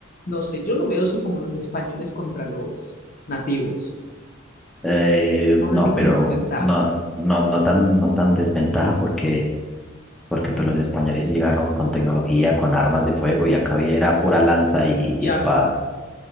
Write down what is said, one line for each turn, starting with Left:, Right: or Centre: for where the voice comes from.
Left: no sé, yo lo veo eso como los españoles contra los nativos,
Centre: Eh,
Left: aún
Centre: no,
Left: así con
Centre: pero
Left: desventaja.
Centre: no, no, no tan, no tan desventaja porque porque pues los españoles sí llegaron con tecnología, con armas de fuego y acá había era pura lanza y,
Left: Y
Centre: y espada,
Left: arco,